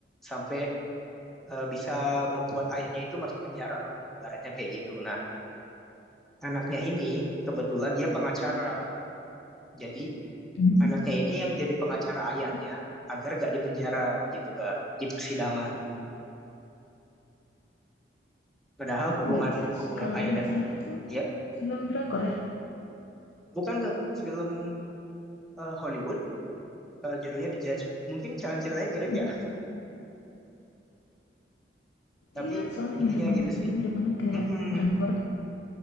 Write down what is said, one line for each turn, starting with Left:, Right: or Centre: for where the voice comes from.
Centre: sampai eh, bisa membuat ayahnya itu masuk penjara lah, ibaratnya kayak gitu. Nah, anaknya ini kebetulan dia
Left: oke.
Centre: pengacara, jadi
Left: Mhm.
Centre: anaknya ini yang jadi pengacara ayahnya
Left: Oh
Centre: agar gak dipenjara gitu Kak di persidangan. Padahal
Left: oh, itu
Centre: hubungan
Left: The Judge
Centre: hubungan
Left: kalau
Centre: ayah
Left: nggak
Centre: dan
Left: salah itu
Centre: ya
Left: film drakor ya?
Centre: bukan Kak film eh, Hollywood, eh, judulnya The Judge. Mungkin jalan ceritanya mirip
Left: Hollywood?
Centre: ya, tapi
Left: Iya, soalnya
Centre: intinya
Left: mirip banget,
Centre: gitu sih.
Left: itu mirip banget kayak
Centre: Mm-mm.
Left: drakor.